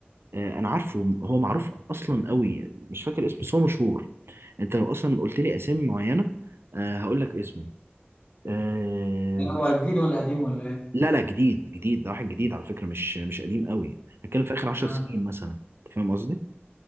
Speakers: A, on the right; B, on the left.
A: انا عارفه هو معروف اصلا قوي مش فاكر اسمه بس هو مشهور انت لو اصلا قلت لي اسامي معينة آه هقول لك اسمه آه،
B: يعني هو
A: بس-
B: جديد ولا قديم ولا ايه؟
A: لا لا جديد جديد ده واحد جديد على فكرة مش مش قديم قوي هتكلم في آخر عشر
B: مم.
A: سنين مثلا أنت فاهم قصدي؟